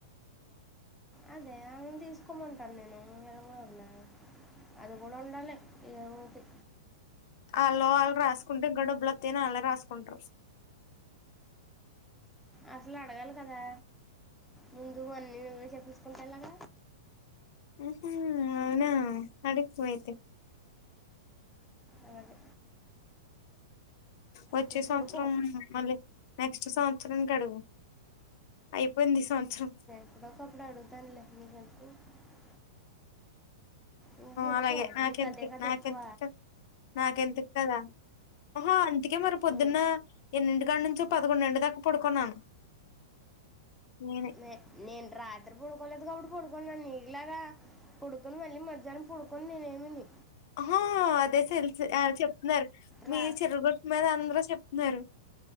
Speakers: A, in the centre; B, on the left (about 55°).
A: అదే అను ను తీసుకోమంటాను నేను ఏమన్నా అది కూడా ఉండాలే ఏదో ఒకటి
B: వాళ్ళు వాళ్ళు రాసుకుంటే కూడా డబ్బులు వస్తాయని వాళ్ళే రాసుకుంటారు
A: అసలు అడగాలి కదా ముందు అన్నీ చెప్పించుకోలేద
B: ఉహు అవునా అడుగు పో అయితే
A: అలాగే
B: వచ్చే
A: నువ్వు
B: సంవత్సరం
A: పడుకో
B: వత్తాండ్లే నెక్స్ట్ సంవత్సరం కడుగు అయిపోయింది ఈ సంవత్సరం
A: <unintelligible> నువ్వు పడుకో
B: అలాగే నాకెంతకి
A: నీకు అదే కదా
B: నాకెంతకి
A: ఎక్కువ
B: నాకెంతకి కదా ఆహా అందుకే మరి పొద్దున్న
A: ఉం.
B: ఎన్నింటి కాడా నుంచి పదకొండింటి దాకా పడుకున్నాను నేనే
A: నే నేను రాత్రి పడుకోలేదు కాబట్టి పడుకున్నాను నీకులాగా పడుకొని మళ్ళీ మ ధ్యానం పడుకొని నేనేమిని
B: ఆహా అదే తెలిసి చెప్తున్నారు
A: రా
B: మీ చిర్రగుట్ మీద అందరూ చెప్ న్నారు